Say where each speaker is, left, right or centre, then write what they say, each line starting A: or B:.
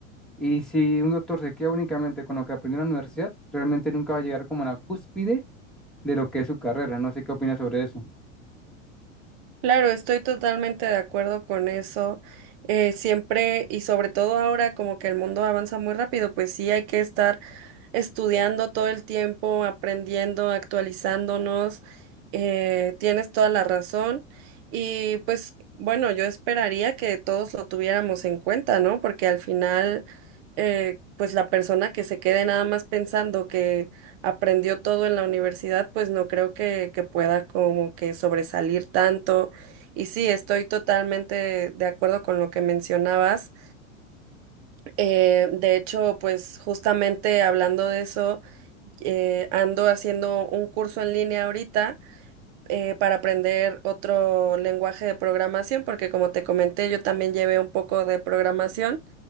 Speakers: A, in the centre; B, on the right.
A: Y si un doctor se queda únicamente con lo que aprendió en la universidad, realmente nunca va a llegar como a la cúspide de lo que es su carrera. No sé qué opinas sobre eso.
B: Claro, estoy totalmente de acuerdo con eso. Eh, siempre y sobre todo ahora como que el mundo avanza muy rápido, pues sí hay que estar estudiando todo el tiempo, aprendiendo, actualizándonos. eh, tienes toda la razón. Y pues bueno, yo esperaría que todos lo tuviéramos en cuenta, ¿no? Porque al final, eh, pues la persona que se quede nada más pensando que aprendió todo en la universidad, pues no creo que, que pueda como que sobresalir tanto. Y sí, estoy totalmente de acuerdo con lo que mencionabas. Eh, de hecho, pues justamente hablando de eso, eh, ando haciendo un curso en línea ahorita eh, para aprender otro lenguaje de programación, porque como te comenté, yo también llevé un poco de programación.